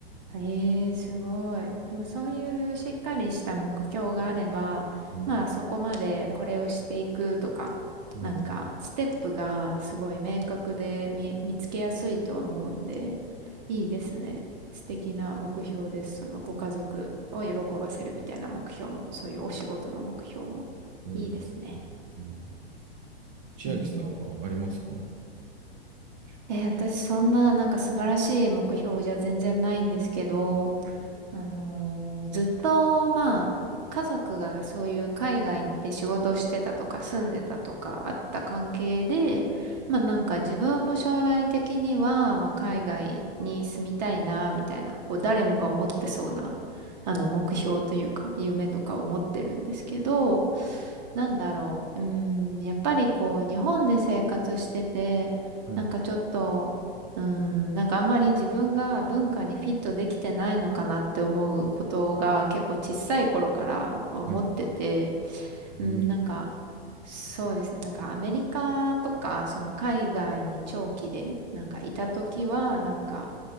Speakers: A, on the right (about 45°); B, on the right (about 20°).
A: ええすごい。でもそういうしっかりした目標があれば、
B: うん。
A: まあそこまでこれをしていくとか、
B: うん
A: なんかステップがすごい明確で見、見つけやすいと思うんで、いいですね。素敵な目標です。そのご家族を喜ばせるみたいな目標も、そういうお仕事の目標も。
B: うん。
A: いいですね。
B: うん千秋さんはありますかは
A: うんうん。えー私そんななんか素晴らしい目標じゃ全然ないんですけど、
B: い。
A: あのーずっと、まあ、家族がそういう海外で仕事をしてたとか住んでたとかあった関係で、まあなんか自分も将来的には、まあ海外に住みたいな、みたいな、こう誰もが思ってそうな、あの目標というか夢とかを持ってるんですけど、なんだろう、うーん、やっぱりこう日本で生活してて、
B: はい。
A: なんかちょっとうん、なんかあんまり自分が文化にフィットできてないのかなって思うことが結構小さい頃から思ってて、
B: はい。えー
A: うん、なんかそうですね、なんかアメリカとかその海外に長期でなんかいた時はなんか、